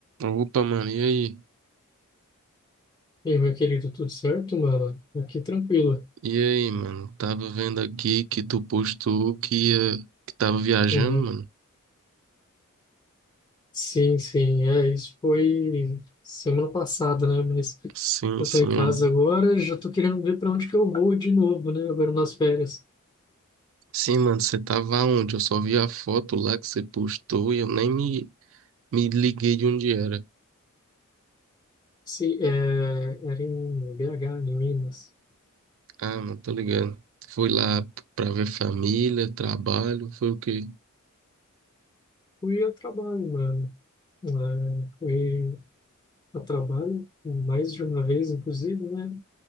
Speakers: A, on the right (about 60°); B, on the left (about 20°).
A: Opa, mano, e aí?
B: E aí, meu querido, tudo certo, mano? Aqui tranquilo.
A: E aí, mano? Tava vendo aqui que tu postou que ia, que tava viajando,
B: Uhum.
A: mano.
B: Sim, sim, é, isso foi semana passada, né? Mas
A: Sim,
B: eu
A: senhor.
B: tô em casa agora, já tô querendo ver para onde que eu vou de novo, né? Agora nas férias.
A: Sim, mano, você tava onde? Eu só vi a foto lá que você postou e eu nem me, me liguei de onde era.
B: Se, é, era em BH, em Minas.
A: Ah, mano, tô ligado. Foi lá pra ver família, trabalho, foi o quê?
B: Fui a trabalho, mano. É, fui a trabalho mais de uma vez, inclusive, né?